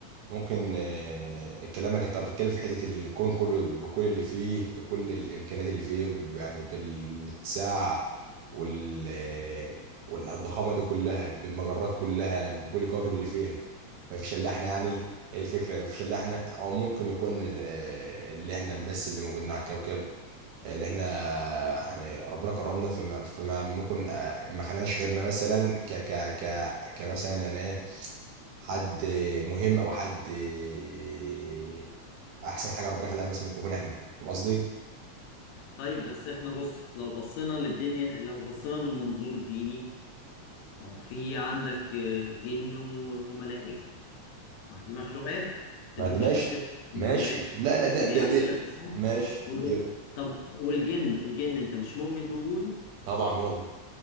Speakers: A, on the right; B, on the left.
A: ممكن آه كلامك انت بتتكلم في حته الكون كله بكل اللي فيه بكل الامكانيات اللي فيه يعني بالاتساع وال آه، والضخامه دي كلها بالمجرات كلها بكل الكواكب اللي فيها مفيش الا احنا يعني هي الفكره مفيش الا احنا او ممكن يكون ال- آه، اللي احنا بس اللي موجودين على الكوكب اللي احنا يعني ربنا كرمنا فما, فما ممكن آه، ما خلاناش غيرنا مثلا ك ك ك كمثلا يعني ايه حد مهم او حد آه، احسن حاجه ربنا خلاها مثلا ممكن نكون احنا فاهم قصدي؟
B: طيب بس احنا بص لو بصينا للدنيا لو بصينا من منظور ديني ما هو في عندك آه، جن و- وملائكة ما دي مخلوقات انت
A: ما
B: ليه
A: ده
B: مش
A: ماشي
B: حاسبها مخلوقات
A: ماشي لا لا ده
B: ودي
A: ده
B: عايشه
A: ده
B: في الكون
A: ماشي
B: وده
A: دي بقى.
B: طب والجن الجن انت مش مؤمن بوجوده
A: طبعا مؤمن